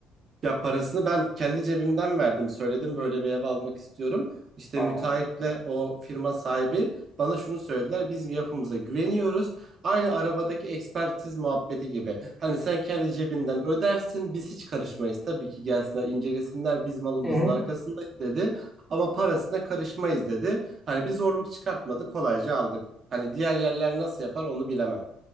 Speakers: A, on the right; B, on the left.
A: Ya parasını ben kendi cebimden verdim. Söyledim böyle bir ev almak istiyorum. İşte
B: Ha.
A: müteahhitle o firma sahibi bana şunu söylediler. Biz yapımıza güveniyoruz. Aynı arabadaki ekspertiz muhabbeti gibi. Hani sen kendi cebinden ödersin. Biz hiç karışmayız. Tabii ki gelsinler incelesinler. Biz malımızın
B: Hı hı.
A: arkasındayız dedi. Ama parasına karışmayız dedi. Hani bir zorluk çıkartmadı. Kolayca aldık. Hani diğer yerler nasıl yapar onu bilemem.